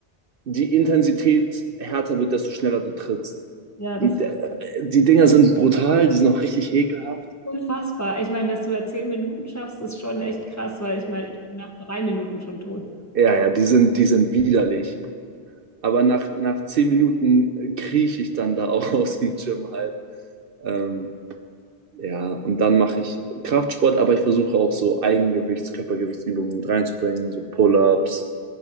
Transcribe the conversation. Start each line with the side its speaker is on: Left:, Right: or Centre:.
Right: die Intensität härter wird, desto schneller du trittst.
Left: Ja, das.
Right: Die, die Dinger sind brutal, die sind auch richtig ekelhaft.
Left: Unfassbar. Ich meine, dass du da zehn Minuten schaffst, ist schon echt krass, weil ich meine, ich bin nach drei Minuten schon tot.
Right: Ja, ja, die sind, die sind widerlich. Aber nach, nach zehn Minuten krieche ich dann da auch <laughs> aus dem Gym halt. Ähm, Ja, und dann mache ich Kraftsport, aber ich versuche auch so Eigengewichts-, Körpergewichtsübungen mit reinzubringen, so Pull-ups.